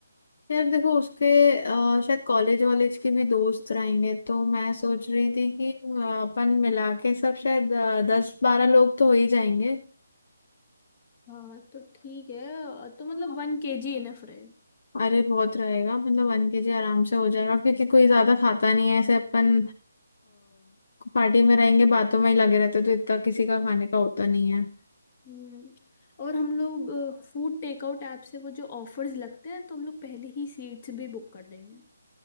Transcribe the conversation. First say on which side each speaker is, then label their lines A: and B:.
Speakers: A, on the left; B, on the left.
A: यार देखो उसके अ, शायद कॉलेज वॉलेज के भी दोस्त रहेंगे तो मैं सोच रही थी कि अ, अपन मिला के सब शायद अ, दस बारह लोग तो हो ही जाएंगे
B: हाँ तो ठीक है अ, तो मतलब वन केजी इनफ रहे
A: अरे बहुत रहेगा मतलब वन के जी आराम से हो जाएगा क्योंकि कोई ज्यादा खाता नहीं है ऐसे अपन पार्टी में रहेंगे बातों में ही लगे रहते तो इतना किसी का खाने का होता नहीं है
B: हम्म और हम लोग फूड टेकआउट ऐप से वो जो ऑफर्स लगते हैं तो हम लोग पहले ही सीट्स भी बुक कर देंगे